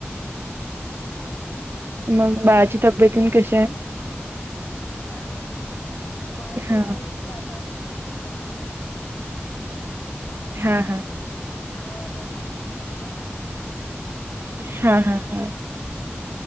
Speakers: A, on the right; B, on the left.
A: मग बाळाच्या तब्येतन कसे
B: छान आहे बाळके
A: हा
B: काय उठलं आता झोक्यात अ
A: हा हा
B: आवाज ऐकून फोनचा
A: हा हा हा